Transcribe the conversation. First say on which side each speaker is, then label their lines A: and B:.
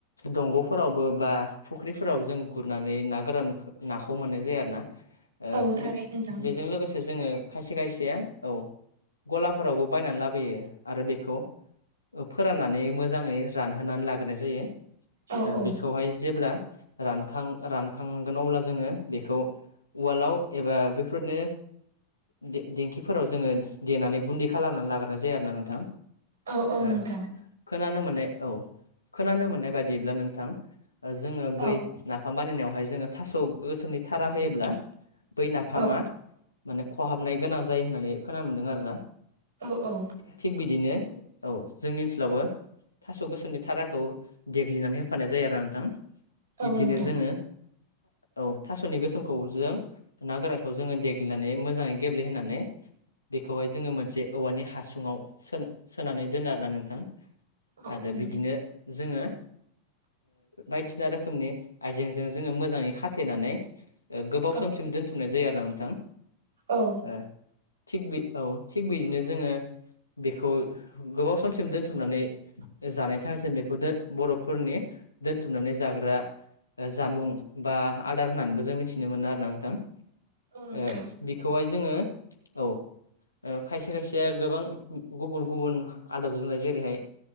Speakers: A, on the left (about 80°); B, on the right (about 65°).
A: दंग'फोरावबो बा फुख्रिफोरावबो जों गुरनानै ना गोरान नाखौ मोननाय जायो आरो ना। ओ
B: औ थारै नोंथां
A: बेजों लोगोसे जोङो खायसे खायसे। औ गलाफोरावबो बायनानै लाबोयो आरो बेखौ फोराननानै मोजाङै रानहोनानै लाग्रोनाय जायो
B: औ औ
A: बेखौहाय। जेब्ला रानखां रानखांगोन अब्ला जोङो बेखौ उवालाव एबा बेफोरनो दे-दे-देंखिफोराव जोङो देनानै गुन्दै खालामनानै लाग्रोना जायो आरोना नोंथां
B: औ औ
A: ओ
B: नोंथां।
A: खोनानो मोननाय औ खोनानो मोननाय बायदिब्ला नोंथां जोङो बैय
B: औ
A: ना नाफाम बानायनायावहाय जोङो थास' गोसोमनि थारा होयोब्ला बै नाफामा
B: औ
A: माने खहाबनाय गोनां जायो होननानै खोना मोनदों आरोना
B: औ औ
A: थिग बिदिनो औ जोंनि ओनसोलावबो थास' गोसोमनि थाराखौ देग्लिनानै होफानाय जायो आरो नोंथां
B: औ
A: बिब्दिनो
B: नोंथां
A: जोङो औ थास'नि गोसोमखौ जों ना गोरानखौ जोङो देग्लिनानै मोजाङै गेब्लेहोनानै खौहाय जोङो मोनसे औवानि हासुङाव सोन सोनानै दोनो आरोना नोंथां।
B: औ
A: आरो
B: औ नोंथां
A: बिदिनो जोङो बायदिसिना रोखोमनि आइजेंजों जोङो मोजाङै खाथेनानै गोबाव
B: औ
A: समसिम दोनथुमनाय जायो आरोना नोंथां
B: औ
A: ओ थिग बे औ थिग बिदिनो जोङो बेखौ गोबाव समसिम दोनथुमनानै जानायनि थाखाय जों बेखौ बर' फोरनि दोनथुमनानै जाग्रा जामुं बा आदार होननानैबो जों मिथिनो मोनो आरोना नोंथां।
B: औ नोंथां
A: ओ बिखौहाय जोङो औ खायसे खायसेया गोबां गुबुन गुबुन आदब जानाय जेरैहाय